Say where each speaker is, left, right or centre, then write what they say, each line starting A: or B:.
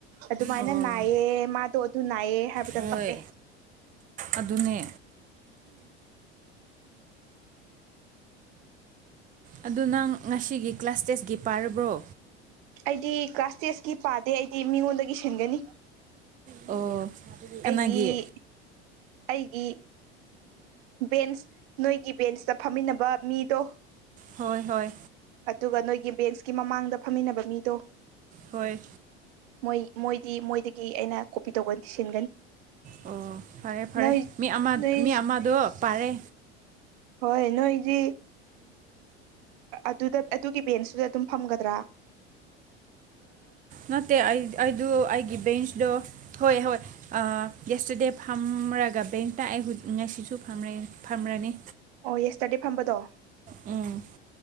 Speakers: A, on the right (about 65°); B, on the right (about 25°).
A: ꯑꯗꯨꯃꯥꯏꯅ
B: ꯑꯣ
A: ꯅꯥꯏꯌꯦꯦ ꯃꯥꯗꯣ ꯑꯗꯨ ꯅꯥꯏꯌꯦꯦ ꯍꯥꯏꯕꯗ
B: ꯍꯣꯏ
A: ꯀꯞꯄꯦ
B: ꯑꯗꯨꯅꯦ ꯑꯗꯨ ꯅꯪ ꯉꯁꯤꯒꯤ ꯀ꯭ꯂꯥꯁ ꯇꯦꯁꯀꯤ ꯄꯥꯔꯕ꯭ꯔꯣ
A: ꯑꯩꯗꯤ ꯀ꯭ꯂꯥꯁ ꯇꯦꯁꯀꯤ ꯄꯥꯗꯦ ꯑꯩꯗꯤ ꯃꯤꯉꯣꯟꯗꯒꯤ ꯁꯤꯟꯒꯅꯤ
B: ꯑꯣ
A: ꯑꯩꯒꯤ
B: ꯀꯅꯥꯒꯤ
A: ꯑꯩꯒꯤ ꯕꯦꯟꯁ ꯅꯣꯏꯒꯤ ꯕꯦꯟꯁꯇ ꯐꯝꯃꯤꯟꯅꯕ ꯃꯤꯗꯣ
B: ꯍꯣꯏ ꯍꯣꯏ
A: ꯑꯗꯨꯒ ꯅꯣꯏꯒꯤ ꯕꯦꯟꯁꯀꯤ ꯃꯃꯥꯡꯗ ꯐꯝꯃꯤꯟꯅꯕ ꯃꯤꯗꯣ
B: ꯍꯣꯏ
A: ꯃꯣꯏ ꯃꯣꯏꯗꯤ ꯃꯣꯏꯗꯒꯤ ꯑꯩꯅ ꯀꯣꯄꯤ ꯇꯧꯒ ꯁꯤꯟꯒꯅꯤ
B: ꯑꯣ ꯐꯔꯦ ꯐꯔꯦ
A: ꯅꯣꯏ
B: ꯃꯤ ꯑꯃ
A: ꯅꯣꯏ
B: ꯃꯤ ꯑꯃꯗꯣ ꯄꯥꯔꯦ
A: ꯍꯣꯏ ꯅꯣꯏꯗꯤ ꯑꯗꯨꯗ ꯑꯗꯨꯒꯤ ꯕꯦꯟꯁꯇꯨꯗ ꯑꯗꯨꯝ ꯐꯝꯒꯗ꯭ꯔꯥ
B: ꯅꯠꯇꯦ ꯑꯩ ꯑꯩꯗ ꯑꯩꯒꯤ ꯕꯦꯟꯁꯗꯣ ꯍꯣꯏ ꯍꯣꯏ ꯑꯥ ꯌꯦꯁꯇꯔꯗꯦ ꯐꯝꯔꯒ ꯕꯦꯡꯇ ꯑꯩ ꯉꯁꯤꯁꯨ ꯐꯝ ꯐꯝꯔꯅꯤ
A: ꯑꯣ ꯌꯦꯁꯇꯗꯤ ꯐꯝꯕꯗꯣ
B: ꯎꯝ